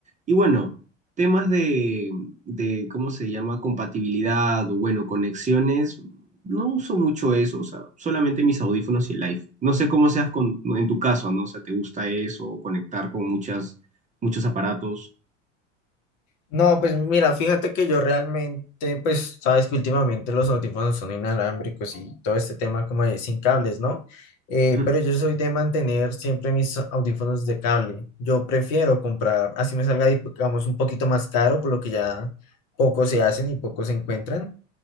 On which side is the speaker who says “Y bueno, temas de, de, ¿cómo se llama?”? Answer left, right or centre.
Right